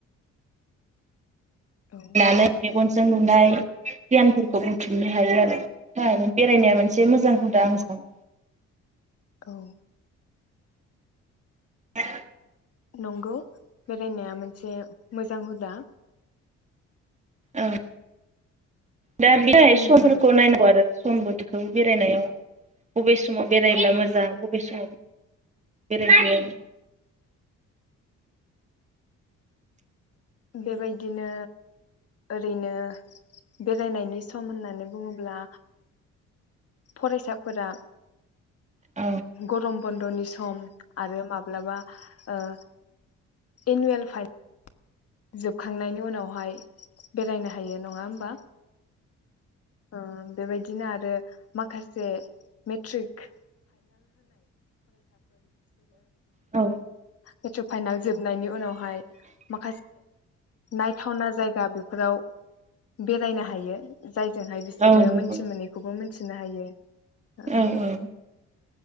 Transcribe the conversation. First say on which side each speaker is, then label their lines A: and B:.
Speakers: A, on the left (about 50°); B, on the right (about 25°).
A: औ
B: <unintelligible> मेगनजों नुनाय गियानफोरखौ बुथुमनो हायो आरो बेनि थाखायनो बेरायनाया मोनसे मोजां हुदा आं सानो
A: औ
B: <inaudible>
A: नंगौ बेरायनाया मोनसे मोनसे मोजां हुदा
B: औ दा बेनि थाखाय
A: जोङो
B: समफोरखौ नायनांगौ आरो सम बोथोरखौ बेरायनायाव बबे सम समाव बेरायब्ला
A: औ
B: मोजां बबे समाव बेरायगोन
A: बेबायदिनो ओरैनो बेरायनायनि सम होननानै बुङोब्ला फरायसाफोरा
B: औ
A: गरम बन्द'नि सम आरो माब्लाबा ओ एनुयेल फाइनेल जोबखांनायनि उनावहाय बेरायनो हायो। हायो नङा होमबा? ओ बेबायदिनो आरो माखासे मेट्रिक
B: औ
A: मेट्रिक बागै फाइनल जोब नायनि उनावहाय मा नायथावना जायगा बेफोराव बेरायनो हायो जाय जोंहाय बिसोरो
B: औ नंगौ
A: मोनथि मोनैखौबो मोन थिनो हायो ओ
B: औ औ